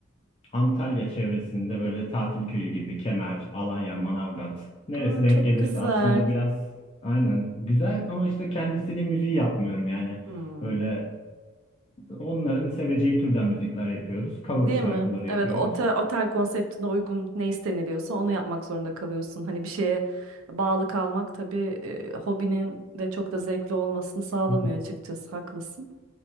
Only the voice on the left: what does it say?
Antalya çevresinde böyle tatil köyü gibi Kemer, Alanya, Manavgat neresi
denk
gelirse
aslında biraz aynen güzel ama işte kendi istediğim müziği yapmıyorum yani.
Böyle onların seveceği türden müzikler yapıyoruz. Cover
şarkıları
yapıyoruz.
<laughs>